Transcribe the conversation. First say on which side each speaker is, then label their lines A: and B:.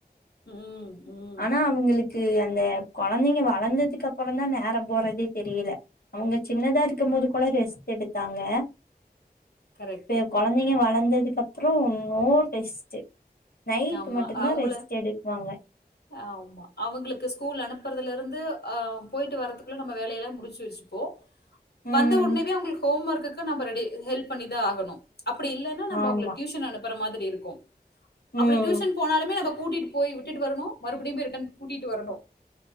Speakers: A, on the left (about 85°); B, on the left (about 70°).
A: ம் ம்
B: ஆனா அவுங்களுக்கு அந்த கொழந்தைங்க வளந்ததுக் கப்றோ தா நேரம் போறதே தெரியில அவுங்க சின்னதா இருக்கு போது கூட ரெஸ் எடுத்தாங்க
A: கரெக்ட்
B: பே கொழந்தைங்க வளந் ததுக் அப்றோ நோ ரெஸ்ட்டு நைட்
A: ஆமா
B: மட்டு
A: அவங்கள
B: தா ரெஸ்ட் எடுக்வாங்க
A: ஆமா அவுங்களுக்கு ஸ்கூல் அனுப்றதுலருந்து அ போயிட்டு வரத்துக்குள்ள நம்ம வேலையெல்லா முடிச்சி வச்சுப்போ
B: ம்
A: வந்த ஒனேவே அவுங்குளுக் ஹோம் வொர்க்குக்கு நம்ப ரெடி ஹெல்ப் பண்ணிதா ஆகனு அப்டி இல்லன்னா நம்ம
B: ஆமா
A: அவுங்கள டியூஷன் அனுப்பற மாதி ரி இருக்கு அப்டி
B: ம்
A: டியூஷன் போனாலுமே நம்ம கூட்டிட் போய் விட்டுட்டு வரனு மறுபடியு போய் ரிட்டன் கூட்டிட்டு வரணு